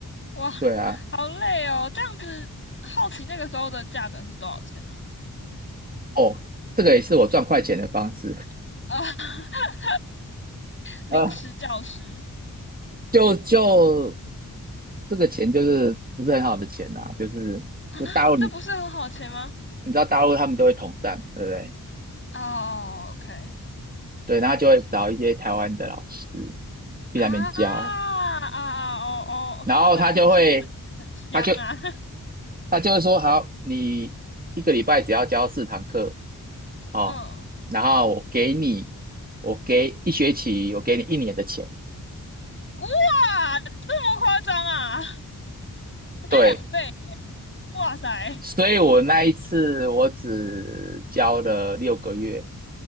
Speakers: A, on the left (about 30°); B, on the right (about 25°).
A: 哇，
B: 对啊，
A: 好累哦！这样子，好奇那个时候的价格是多少钱啊？
B: 哦，这个也是我赚快钱的方式。
A: 啊，<laughs> 临时教师
B: <laughs> 呃，就就这个钱就是不是很好的钱啦、就是就大陆你
A: 啊，这不是很好的钱吗？
B: 你知道大陆他们都会统战，对不对？
A: 哦，OK，
B: 对，然后就会找一些台湾的老师去那边教，
A: 啊啊啊，哦哦，
B: 然后他就会，
A: 可是真的很很很香啊！
B: 他就他就会说好，你一个礼拜只要教四堂课哦，
A: <laughs> 嗯，
B: 然后我给你，我给一学期，我给你一年的钱。
A: 哇，这么夸张啊？直接两倍，
B: 对，
A: 哇塞！
B: 所以我那一次我只教了六个月，